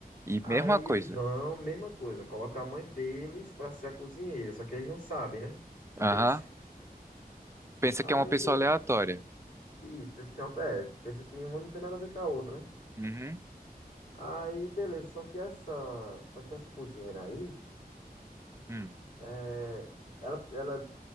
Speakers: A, on the right (about 15°); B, on the left (about 55°).
A: E
B: Aí
A: mesma coisa.
B: eles vão, mesma coisa, coloca a mãe deles pra ser a cozinheira, só que eles não sabem, né? Tipo,
A: Aham.
B: eles.
A: Pensa
B: Aí,
A: que é uma pessoa
B: be...
A: aleatória.
B: Isso, pensa que é, uma... é, pensa que uma não tem nada a ver com a outra, né?
A: Uhum.
B: Aí, beleza. Só que essa, só que essa cozinheira aí,
A: Hum.
B: é, ela, ela,